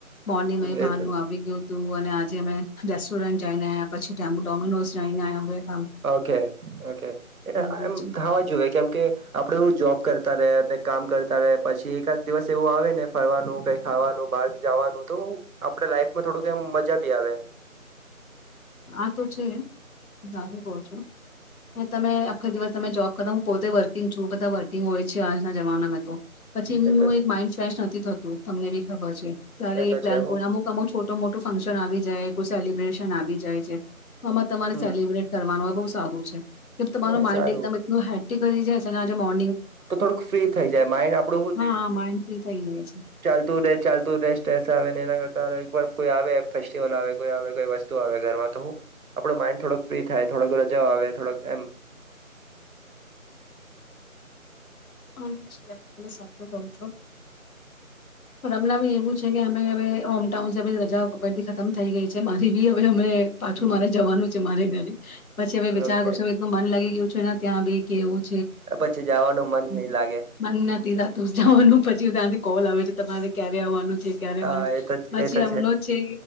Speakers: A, on the left; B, on the right.
A: મોર્નિંગ
B: હમ
A: અહીં
B: એ
A: બહારનુંું
B: તો
A: આવી ગયું હતું. તું અને આજે અમે રેસ્ટોરન્ટ જઈને આવ્યા પછી ડોમિનોઝ જઈને આવ્યા અ.
B: ઓકે ઓ.
A: ગયું
B: મ
A: છે
B: ખાવા જોુએ કેમ કે આપડે એું જોબ કરતા ર. કામ કરતા રહે પછી એકાદ દિવસ એવું આવે ને ફરવાનું કઈ ખાવાનું બહક જવાનું તો આપડ લાઈફમાં થોડુંકમ મજા ભી આવે.
A: આ તો છે જ કહો છું. તમે આખો દિવસ તમે જોબ. કદા હું પોતે વર્કિંગ છું બધા વર્કિંગ હોય છે આજના જમાનામાંં તો. પછી
B: એ
A: એમનું
B: તો છે
A: એક માઇન્ડ ફેશ નું. નથી થતું તમને બી ખબર છે. ત્યારે એ
B: તો
A: પ્લાન
B: છે હું
A: અમુક અમુ છોટ. તો મોટું ફંક્શન આવી જાય કોઈ સેલિબ્રેશન આવી જાય તો. જાય છે. આમાં તમારે
B: હમ
A: સેલિબ્રેટ કરવાનું હોય બહુ. સારું છે. કે તમારું
B: એ
A: માઇન્ડ
B: સારું
A: એકદમ એટલું હેટ. ગરે જ હશે ન આજ.
B: તો થોડુંક ફ્રી થઈ જાય માઇન્ડ આપડું
A: હા
B: ને
A: માઇન્ડ ફ્રી થઈ જાય છે
B: ચાલતું ને ચાલતું રે સ્ટ્રેસ આવે ને એના કરતા એક વાર. કોઈ આવે ફેસ્ટિવલ આવે કોઈ આવે કોઈ વસ્તુ આવે ઘરમાં તો આપણો માઈન્ડ થોડોક ફ્રી થાય થોડક રજા આવે થોડ એમ.
A: હમણાં બી એવું છે કે અમે હવે હોમટાઉનસ રજા ખતમ થઈ ગઈ છે મારી બી હવે અમે. પાછું
B: હમ
A: મારે જવાનું છે મારે ઘરે પછી હવે વિચાર
B: ઓકે
A: કરશો હ એટલુ મન લાગી ગ્યું. ને ત્યાં બી કેવું ચ.
B: પછી જવાનું મન નહી.
A: મને
B: લાગે
A: નથી થાતુ જવાનુ પછી ત. કોલ આવે છે તમારે ક્યારે આવવાનું ક્યારેવા
B: હા એ તો
A: પછી
B: એ તો
A: એમનો છે